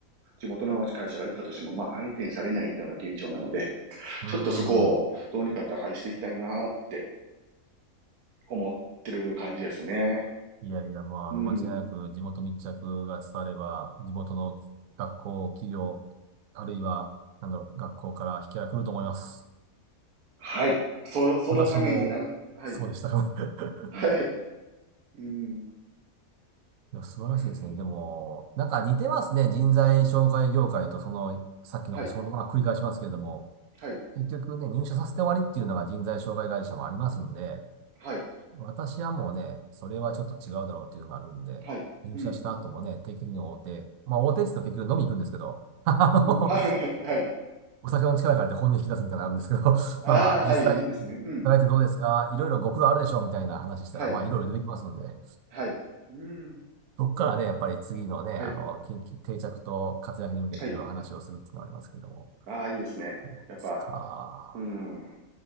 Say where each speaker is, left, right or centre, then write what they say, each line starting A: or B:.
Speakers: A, on the right; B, on the right.
A: 地元の会社が行ったとしても、まあ、相手にされないっていうのが現状なので、
B: うん。
A: ちょっとそこをどうにか打開していきたいなって思ってる感じですね。
B: いやいや、もうあの、
A: うん。
B: 間違いなく地元密着が伝われば、地元の学校、企業、あるいは、なんだろう、学校から引き合いが来ると思います。
A: はい。そ、そのためになん、
B: 私も、
A: はい、
B: そうでしたから <laughs>
A: はい、うん。
B: いや、<laughs> 素晴らしいですね。
A: だからその
B: でも、なんか似てますね。人材紹介業界と、その、さっきの仕事、
A: はい、
B: まあ、繰り返しますけれども、
A: はい、
B: 結局ね、入社させて終わりっていうのが人材紹介会社もありますんで、
A: はい、
B: 私はもうね、それはちょっと違うだろうっていうのがあるんで、
A: はい、
B: 入社した後もね、
A: うん、
B: 定期的に大手、まあ大手って言うと結局飲みに行くんですけど、<laughs> あの、
A: うん、<laughs> はい、はい。
B: お酒の力借りて本音引き出すみたいなのあるんですけど、<laughs>
A: ああ、
B: まあまあ、
A: はい、
B: 実際、
A: いいですね。うん、
B: 働いてどうですかいろいろご苦労あるでしょうみたいな話したら、
A: はい、
B: まあいろいろ出てきますので、
A: はい、うん、
B: そこからね、やっぱり次のね、
A: はい、
B: あの、近畿定着と活躍に向けていろいろ話をするっていうのがありますけれども。
A: はい。ああ、いいですね。
B: ですか。
A: やっぱ、うん。